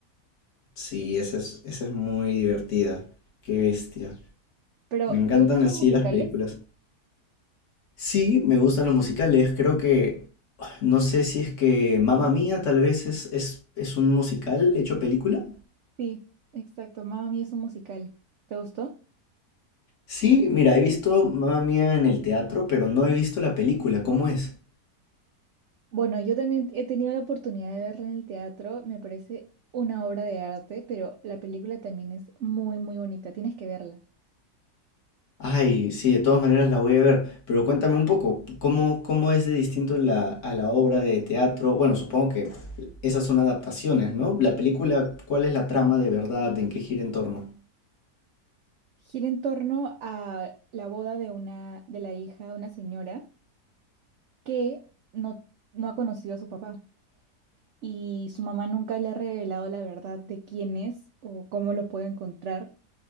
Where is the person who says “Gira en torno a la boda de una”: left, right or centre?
Right